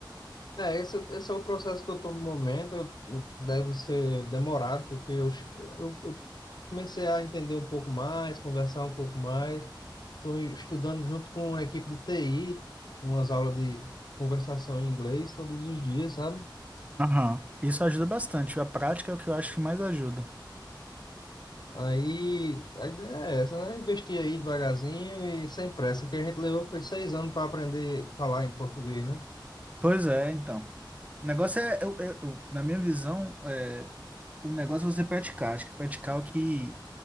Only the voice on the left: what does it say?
É, esse, esse é o processo que eu estou no momento. eu- Deve ser demorado, porque eu, che- eu, eu comecei a entender um pouco mais, conversar um pouco mais. Estou estudando junto com a equipe de TI, umas aulas de conversação em inglês todos os dias, sabe?
Aí a ideia é essa, né? Investir aí devagarzinho e sem pressa. O que a gente levou foi seis anos para aprender a falar em português, né?